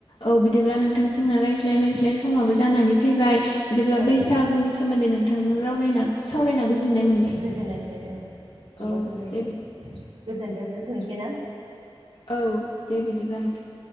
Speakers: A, on the left (about 70°); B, on the right (about 80°).
A: औ बिदिब्ला नोंथां जोंना रायज्लाय रायज्लाय समाबो जानानै फैबाय बिदिब्ला
B: औ
A: बैसागुनि सोमोन्दै नोंथांजों रावरायना सावरायना गोजोननाय मोनबाय
B: गोजोननाय मोनबाय औ बेबा
A: औ
B: गोजोनथों
A: दे
B: गोजोनथों दोनथ'सै ना
A: औ दे बिदिब्ला नोंथां